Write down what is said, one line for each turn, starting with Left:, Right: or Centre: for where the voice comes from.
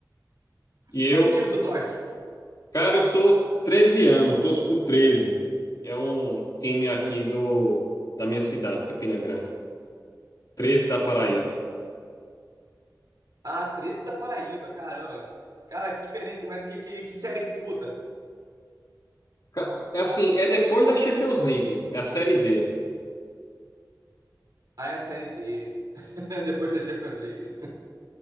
Left: e
Right: E
Left: eu,
Right: pra que time tu torce?
Left: cara, eu sou treze anos, torço pro treze É um time aqui do da minha cidade, Campina Grande. treze da Paraíba.
Right: Ah, 13 da Paraíba, caramba. Cara, que diferente, mas que, que, que série que disputa?
Left: Ca- é Assim, é depois da Champions League, é a Série D.
Right: Ah, é a Série D. <laughs> Depois da Champions League.